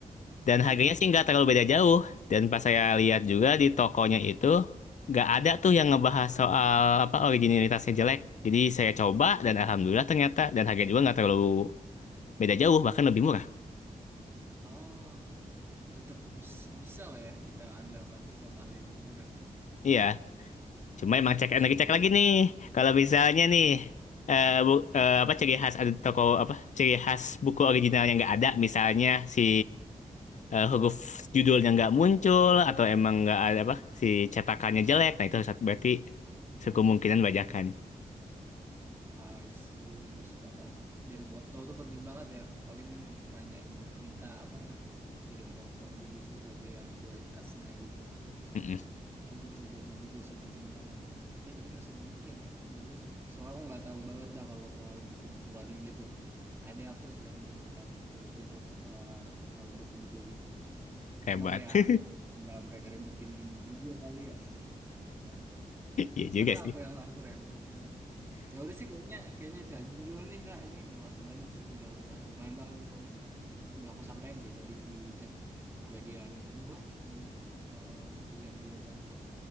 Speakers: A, on the left (about 60°); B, on the right (about 15°).
A: Dan
B: Hmm.
A: harganya sih nggak terlalu beda jauh. Dan pas saya lihat juga di tokonya itu nggak ada tuh yang ngebahas soal apa originalitasnya jelek. Jadi saya coba dan alhamdulillah ternyata dan harganya juga nggak terlalu beda jauh bahkan lebih murah.
B: Oh, tetap bis- bisa lah ya kita andalkan sesekali gitu berarti.
A: Iya.
B: Ya udah.
A: Cuma emang cek lagi
B: Aku
A: cek lagi nih. Kalau misalnya nih eh, bu- eh, apa ciri khas ada toko apa ciri khas buku originalnya nggak ada misalnya si eh, huruf judulnya nggak muncul atau emang nggak ada apa si cetakannya jelek. Nah itu harus- berarti kemungkinan bajakan.
B: I see, masuk akal sih. Dari foto tuh penting banget ya. Paling nanyain minta apa namanya? Kirim foto juga sih buat lihat kualitasnya gitu.
A: Mm-mm,
B: Ya, itu bisa jadi juga sih pertimbangan ya. Tapi tapi masih mungkin ya. Boleh sih nanti. Soalnya aku nggak tahu banget dah kalau soal buku-bukuan gitu. Ada aku sih yang demen banget cerita itu eh, kalau buku-buku gitu.
A: hebat.
B: Cuman ya
A: <laughs>
B: nggak sampai ngeribetin gini juga kali ya, males. Ya.
A: Iya juga
B: Masa
A: sih.
B: aku yang harus ribet ya kan? Ya udah sih kayaknya kayaknya itu aja dulu nih Kak. Ini makasih banyak sih udah udah lumayan banget infonya ntar udah aku sampein sih tadi di chat. Semoga dia nemu lah ininya eh, buku yang dia cari.